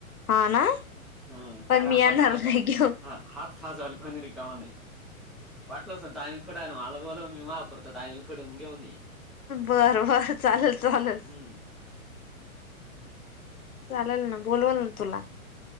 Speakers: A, on the left; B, in the centre.
A: हा ना
B: हम्म
A: पण
B: कारण
A: मी येणार
B: हाच फायदाय
A: नाही घेऊन
B: हा. हात खाजायले कोणी रिकामा नाही वाटलंस तर टाइम खुटायले मला बोल तुम्ही वापरतात आमही पूढून घेऊन येईन.
A: बरं बर चाललं चाललं.
B: हम्म.
A: चाललं ना बोलवलं ना तुला.